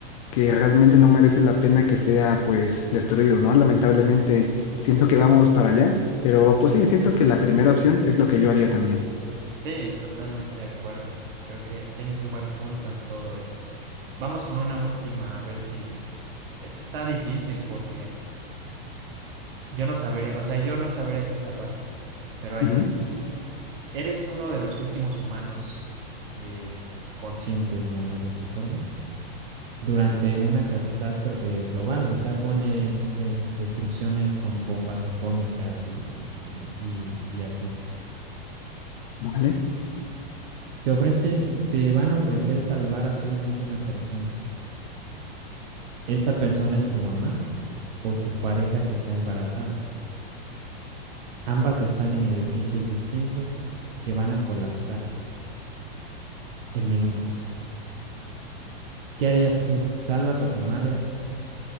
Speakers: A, on the left; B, on the right.
A: que realmente no merece la pena que sea pues destruido, ¿no? Lamentablemente siento que vamos para allá, pero pues sí, siento que la primera opción es lo que yo haría también.
B: Sí, totalmente de acuerdo. Creo que tienes un buen punto en todo eso. Vamos con una última, a ver si... Esta está difícil porque yo no sabría, o sea, yo no sabría qué salvar, pero ahí
A: Ujú,
B: va. Eres uno de los últimos humanos eh, consciente, digamos, de esa forma, durante una catástrofe global. O sea, ponle, no sé, destrucciones con bombas atómicas y, y, y y así.
A: vale,
B: Te ofreces, te van a ofrecer salvar a solamente una persona. Esta persona es tu mamá o tu pareja que está embarazada. Ambas están en edificios distintos que van a colapsar en minutos. ¿Qué harías tú? ¿Salvas a tu madre